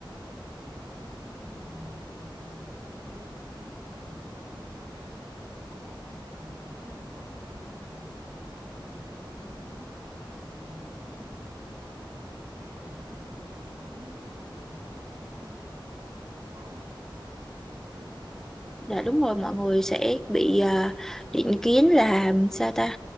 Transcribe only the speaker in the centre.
Dạ đúng rồi, mọi người sẽ bị à, định kiến là sao ta?